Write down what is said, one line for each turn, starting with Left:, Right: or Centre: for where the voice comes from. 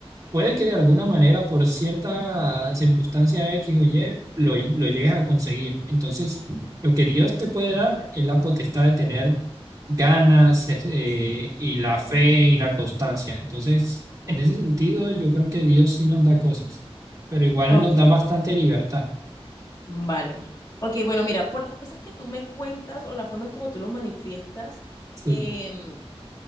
Right: Puede que de alguna manera, por cierta circunstancia X o Y, lo, lo llegues a conseguir. Entonces, lo que Dios te puede dar es la potestad de tener ganas, es- eh, y la fe y la constancia. Entonces,
Left: Ok.
Right: en ese sentido, yo creo que Dios sí nos da cosas, pero igual
Left: Ok.
Right: nos da bastante libertad.
Left: Vale. Ok, bueno, mira, por las cosas que tú me cuentas o la forma en como tú lo manifiestas,
Right: Sí,
Left: em,